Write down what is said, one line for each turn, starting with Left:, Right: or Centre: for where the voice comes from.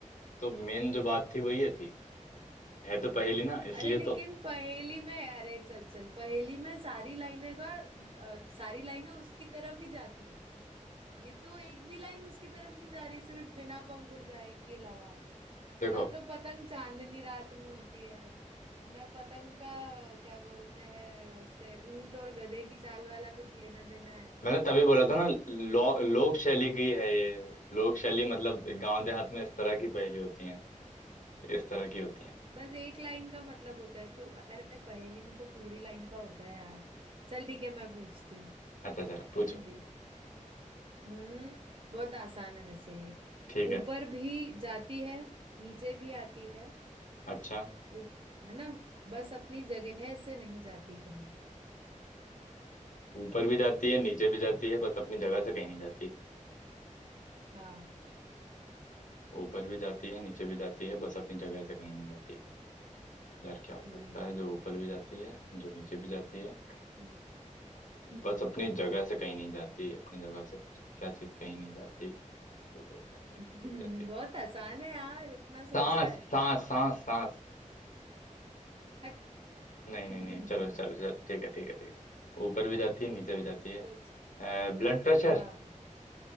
Left: तो मेन जो बात थी वो ये थी है तो पहेली ना इसलिए
Right: अरे लेकिन
Left: तो
Right: पहेली में अरे चल चल पहेली में सारी लाइनें का अ, सारी लाइनें उसकी तरफ ही जाती हैं ये तो एक भी लाइन उसकी तरफ नहीं जा रही सिर्फ बिना पंख उड़ जाए के अलावा
Left: देखो
Right: ना तो पतंग चांदनी रात में होती है ना पतंग का क्या बोलते हैं उससे ऊंट और गधे की चाल वाला कुछ लेना देना
Left: मैंने तभी बोला था ना लो, लोक शैली की है ये लोक शैली मतलब गांव देहात में इस तरह की पहेली होती है इस तरह की होती है
Right: बस एक लाइन का मतलब होता है तो अरे पहेली में तो पूरी लाइन का होता है यार चल ठीक है मैं पूछती हूँ
Left: अच्छा चलो पूछो
Right: कुछ भी हम्म बहुत आसान है वैसे ये
Left: ठीक है
Right: ऊपर भी जाती है नीचे भी आती है
Left: अच्छा
Right: ऊप- है ना बस अपनी जगह से नहीं जाती कहीं
Left: ऊपर भी जाती है नीचे भी जाती है बस अपनी जगह से कहीं नहीं जाती
Right: हाँ
Left: ऊपर भी जाती है नीचे भी जाती है बस अपनी जगह से कहीं नहीं जाती यार क्या हो
Right: हम्म
Left: सकता है जो ऊपर भी जाती है जो नीचे भी जाती है
Right: हम्म
Left: बस अपनी जगह से कहीं नहीं जाती अपनी जगह से क्या चीज़ कहीं नहीं जाती जो ऊपर भी जाती है
Right: हम्म
Left: नीचे भी जाती है
Right: <laughs> बहुत आसान है यार इतना सोच
Left: सांस
Right: रहा है
Left: सांस सांस सांस
Right: हट
Left: नहीं नहीं
Right: <laughs>
Left: नहीं चलो चलो चलो ठीक है ठीक है ठीक है ऊपर भी जाती है नीचे भी जाती है
Right: सोच
Left: ब्लड प्रेशर
Right: हाँ